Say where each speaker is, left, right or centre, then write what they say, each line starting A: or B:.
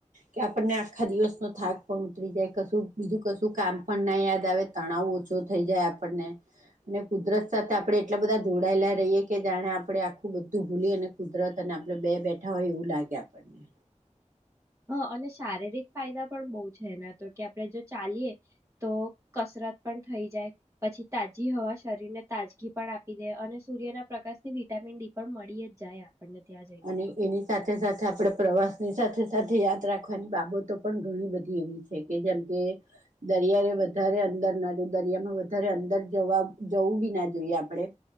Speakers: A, on the right; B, on the right.
A: કે આપણને આખા દિવસનો થાક પણ ઉતરી જાય કશું બીજું કશું કામ પણ ના યાદ આવે તણાવ ઓછો થઈ જાય આપણને અને કુદરત સાથે આપણે એટલા બધા જોડાયેલા રહીએ કે જાણે આપણે આખું બધું ભૂલી અને કુદરત અને આપણે બે બેઠા હોય એવું લાગે આપણને
B: હ અને શારીરિક ફાયદા પણ બહ છે એના તો કે આપણે જો ચાલીએ તો કસરત પણ થઈ જાય પછી તાજી હવા શરીરને તાજગી પણ આપી દે અને સૂર્યના પ્રકાશ થી વિટામીન ડી પણ મળી જ જાય. આપણને ત્યાં જઈએ
A: અને
B: તો
A: એની સાથે સાથે આપડે પ્રવાસની સાથે સાથે યાદ રાખવાની બાબતો પણ ઘણી બધી એવી છે કે જેમ કે દરિયાએ વધારે અંદર ના જો દરિયામાં વધારે અંદર જવા જવું બી ના જોઈએ આપણેે